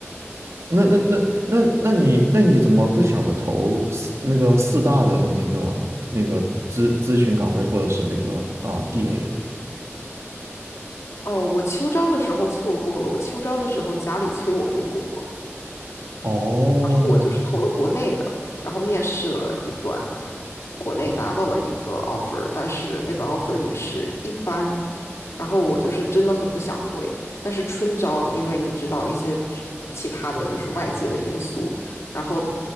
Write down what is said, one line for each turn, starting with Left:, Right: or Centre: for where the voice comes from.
Right: 那那那那那你那你怎么不想着投四那个四大的那个那个咨咨询岗位或者是那个啊、DA 啊？
Left: 哦，我秋招的时候错过了，我秋招的时候家里催我回国。
Right: 哦，
Left: 然后我就是投的国内的，然后面试了一段，国内拿到了一个 offer，但是那个 offer 也是一般，然后我就是真的很不想回，但是春招，因为你知道一些其他的就是外界的因素，然后